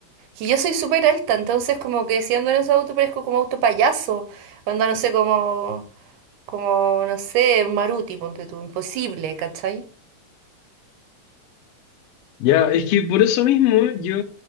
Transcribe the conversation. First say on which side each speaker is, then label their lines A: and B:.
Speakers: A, on the right; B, on the left.
A: Y yo soy súper alta, entonces como que si ando en esos autos parezco como auto payaso, onda no sé, como, como, no sé, un Maruti, ponte tú, imposible, ¿cachai?
B: Ya, es que por eso mismo yo